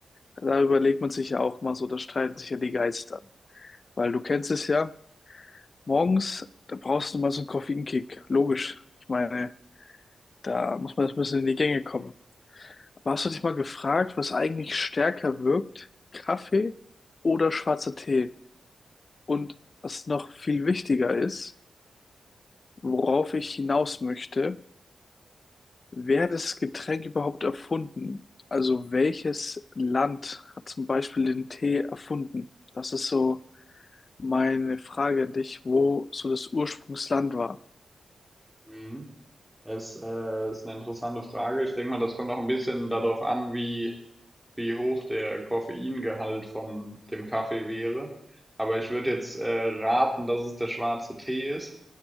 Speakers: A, on the left; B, in the centre.
A: Da überlegt man sich ja auch mal so, da streiten sich ja die Geister. Weil du kennst es ja, morgens, da brauchst du mal so einen Koffeinkick. Logisch. Ich meine, da muss man erst ein bisschen in die Gänge kommen. Aber hast du dich mal gefragt, was eigentlich stärker wirkt? Kaffee oder schwarzer Tee? Und was noch viel wichtiger ist, worauf ich hinaus möchte, wer hat das Getränk überhaupt erfunden? Also welches Land hat zum Beispiel den Tee erfunden? Das ist so meine Frage an dich, wo so das Ursprungsland war.
B: Mhm. Es äh, ist eine interessante Frage. Ich denke mal, das kommt auch ein bisschen darauf an, wie, wie hoch der Koffeingehalt von dem Kaffee wäre. Aber ich würde jetzt äh, raten, dass es der schwarze Tee ist.